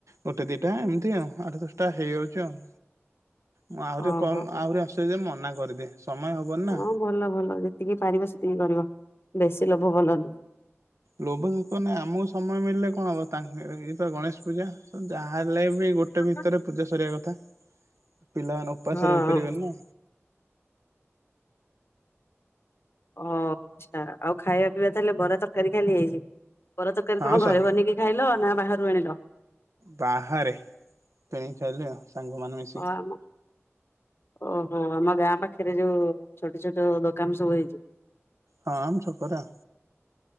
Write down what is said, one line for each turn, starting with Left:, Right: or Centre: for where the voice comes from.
Right: ଗୋଟେ ଦିଟା ଏମିତି ଆଉ ଆଠ ଦଶଟା ହେଇଯାଉଛି ଆଉ। ମୁଁ ଆହୁରି
Left: ଓହୋ
Right: କଲ ଆହୁରି ଆସିବ ଯେ ମନା କରିଦେଲି ସମୟ ହବନି ନା।
Left: ହଁ ଭଲ ଭଲ ଯେତିକି ପାରିବ ସେତିକି କରିବ ବେଶୀ ଲୋଭ ଭଲ ନୁହେଁ।
Right: ଲୋଭଭୋକ ନାଇଁ ଆମକୁ ସମୟ ମିଳିଲେ କଣ ହେବତା ଇଏ ତ ଗଣେଶ ପୂଜା ଯାହାଲେ ବି ଗୋଟେ
Left: ନୁହେଁ
Right: ଭି ଭିତରେ ପୂଜା ସରିବା କଥା ପିଲାମାନେ ଉପାସ
Left: ହଁ
Right: ରହିପାରିବେନି ନା।
Left: ଓ ଆଚ୍ଛା ଆଉ ଖାଇବା ପିଇବା ତାହେଲେ ବରା ତରକାରୀ ଖାଲି ହେଇଚି। ବରା ତରକାରୀ
Right: ହଁ
Left: କଣ ଘରେ
Right: ସନ୍
Left: ବନେଇକି ଖାଇଲ ନା ବାହାରୁ ଆଣିଲ?
Right: ବାହାରେ କିଣି ଖାଇଲି ଆଉ। ସାଙ୍ଗମାନେ ମି
Left: ଓ ଆମ ଓହୋ ଆମ ଗାଁ ପାଖରେ ଯୋଉ ଛୋଟ ଛୋଟ ଦୋକାନ ସବୁ ହେଇଚି।
Right: ହଁ ଆମ ଛକରେ ଆ